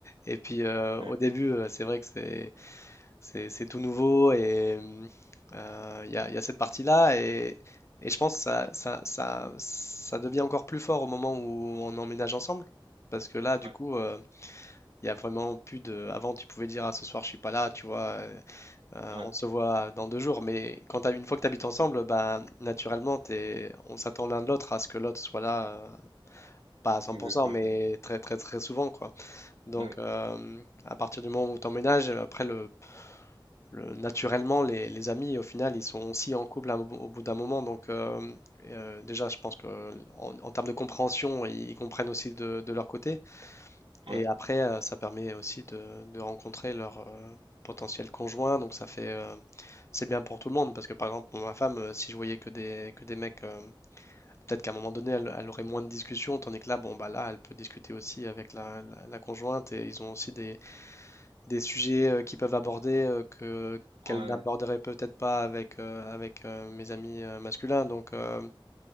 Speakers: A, on the left; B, on the right.
A: Et puis euh,
B: ouais,
A: au début, euh, c'est vrai que c'est C'est c'est tout nouveau et hum, euh, il y a, il y a cette partie-là et, et je pense que ça, ça, ça, ça devient encore plus fort au moment où on emménage ensemble. Parce que là, du
B: ouais,
A: coup, euh, il y a vraiment plus de... Avant, tu pouvais dire, ah, ce soir, je suis pas là, tu vois, euh, euh,
B: ouais,
A: on se voit dans deux jours. Mais quand t'as- une fois que tu habites ensemble, bah, naturellement, t'es- on s'attend l'un de l'autre à ce que l'autre soit là, euh, pas à cent
B: exactement,
A: pour cent mais
B: oui,
A: très, très, très souvent, quoi. Donc,
B: oui,
A: euh, à partir du moment où tu emménages, après, le le- naturellement, les, les amis, au final, ils sont aussi en couple à- au bout d'un moment. Donc, euh, euh, déjà, je pense que en, en termes de compréhension, ils, ils comprennent aussi de, de leur côté. Et
B: ouais,
A: après, euh, ça permet aussi de, de rencontrer leur euh, potentiel conjoint. Donc, ça fait, euh, c'est bien pour tout le monde. Parce que, par exemple, pour ma femme, euh, si je voyais que des, que des mecs, euh, peut-être qu'à un moment donné, elle, elle aurait moins de discussions. Tandis que là, bon, bah là, elle peut discuter aussi avec la, la la conjointe et ils ont aussi des des sujets euh, qu'ils peuvent aborder euh, que qu'elles
B: ouais.
A: n'aborderaient peut-être pas avec, euh, avec euh, mes amis euh, masculins. Donc, euh,